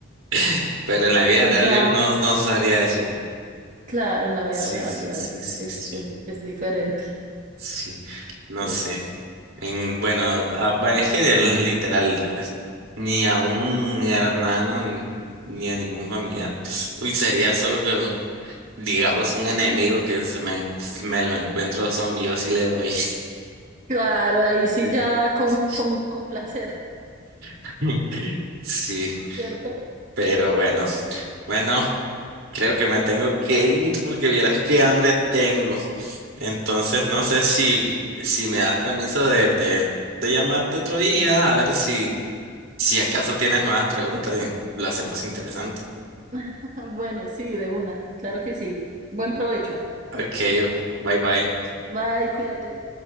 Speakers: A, on the right (about 80°); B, on the right (about 40°).
A: <laughs> Pero en la vida
B: Pues
A: real
B: ya,
A: yo no, no sabría decir.
B: claro, en la vida
A: Sí,
B: real
A: sí,
B: ya
A: sí,
B: es,
A: sí,
B: es,
A: sí.
B: es, es diferente,
A: Sí. No
B: ¿cierto?
A: sé. En, bueno, ah, bueno, es que del- literal, es- ni a un hermano, ni ni a ningún familiar. Uy, sería solo que, digamos, un enemigo que se me, se me lo encuentro zombie, yo sí le doy.
B: Claro, ahí sí
A: Sí,
B: ya con,
A: sí. Sí,
B: con, con placer,
A: <laughs> Sí,
B: ¿cierto?
A: pero bueno. Bueno, creo que me tengo que ir porque vieras qué hambre tengo. Entonces,
B: Igual.
A: no sé si, si me das permiso de, de, de llamarte otro día, a ver si, si acaso tienes nuevas preguntas y lo hacemos interesante.
B: <laughs> Bueno, sí, de una, claro que sí. Buen provecho.
A: Ok, bye bye.
B: Bye, cuídate.